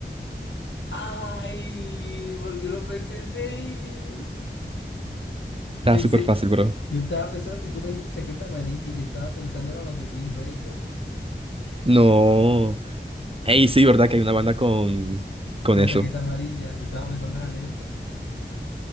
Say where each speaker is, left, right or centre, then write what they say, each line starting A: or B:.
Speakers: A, on the left (about 75°); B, on the right (about 30°).
A: ¡Ay! ¿Por qué no pensé en David?
B: Está
A: Pensé.
B: súper fácil, bro.
A: Yo estaba pensando que tú me dijiste chaqueta amarilla y yo estaba pensando eran los de Windbreaker.
B: No. Ey, sí, ¿verdad? Que hay una banda con, con
A: Con
B: eso.
A: la chaqueta amarilla. Yo estaba pensando eran eso.